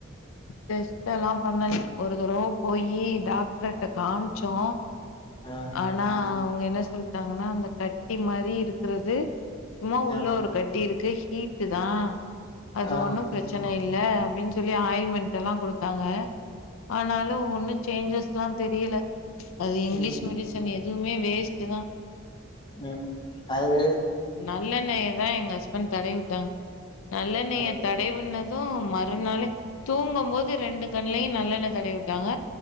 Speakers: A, on the left (about 70°); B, on the left (about 20°).
A: டஸ்ட் எல்லா பண்ணல ஒரு தடவை போயி டாக்டரிட்ட காம் ச்சோ
B: ஆ
A: ஆனா அவங்க என்ன சொல்டாங்கன்னா அந்த கட்டி மாரி இருக்குறது சும்மா உள்ள
B: ஆ
A: ஒரு கட்டி இருக்கு தீட்டு தா அது
B: ஆ
A: ஒன்னு பிரச்சன இல்ல அப்டின்னு சொல்லி ஆயின்மெண்ட் எல்லா கொடுத்தாங்க ஆனாலு ஒண்ணும் சேஞ்சஸ்லா தெரியல அது இங்கிலீஷ்
B: ம்
A: எதுவுமே வேஸ்ட் தா
B: உம் அது
A: நல்லெண்ணையதா எங்க ஹஸ்பண்ட் தடவி விட்டாங்க நல்ல நீங்க
B: அது
A: தடை பண்ணது அ மறுநாளே தூங்கும் போது ரெண்டு கண்லையும் நல்லெண்ண தடையவிட்டாங்க